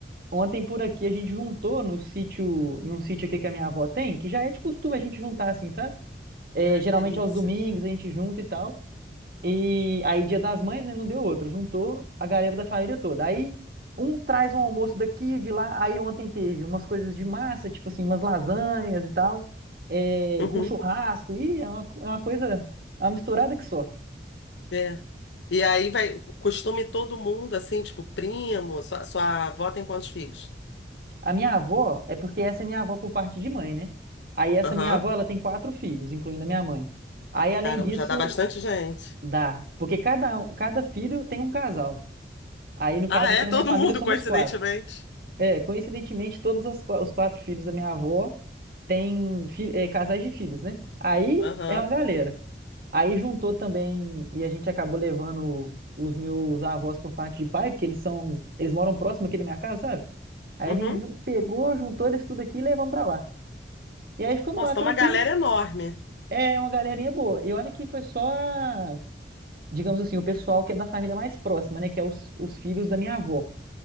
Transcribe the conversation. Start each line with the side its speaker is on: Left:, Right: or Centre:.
Right: ontem por aqui a gente juntou no sítio, em um sítio aqui que a minha avó tem, que já é de costume a gente juntar assim, sabe? É,
Left: Ai,
Right: geralmente
Left: que delícia.
Right: aos domingos a gente junta e tal. E aí, Dia das Mães, né? Não deu outro. Juntou a galera da família toda. Aí, um traz um almoço daqui e de lá. Aí, ontem teve umas coisas de massa, tipo assim, umas lasanhas e tal, é,
Left: Uhum,
Right: com churrasco. Ih, é uma, é uma coisa, é uma misturada que só.
Left: é. E aí vai, costume todo mundo, assim, tipo, primo, sua, sua avó tem quantos filhos?
Right: A minha avó, é porque essa é minha avó por parte de mãe, né? Aí, essa
Left: Aham.
Right: minha avó, ela tem quatro filhos, incluindo a minha mãe. Aí, além
Left: Caramba,
Right: disso,
Left: já dá bastante gente.
Right: dá. Porque cada, um, cada filho tem um casal. Aí, no
Left: Ah,
Right: caso
Left: é?
Right: aqui na
Left: Todo
Right: minha família,
Left: mundo,
Right: somos
Left: coincidentemente.
Right: quatro. É, coincidentemente, todos as qua- os quatro filhos da minha avó têm fi- é, casais de filhos, né? Aí
Left: Aham.
Right: é uma galera. Aí juntou também, e a gente acabou levando os meus avós por parte de pai, porque eles são, eles moram próximo aqui da minha casa, sabe? Aí
Left: Uhum.
Right: a gente ju- pegou, juntou eles tudo aqui e levamos pra lá. E aí ficamos
Left: Nossa,
Right: lá tranquilo.
Left: tem uma galera enorme.
Right: É uma galerinha boa. E olha que foi só, a- digamos assim, o pessoal que é da família mais próxima, né? Que é os, os filhos da minha avó.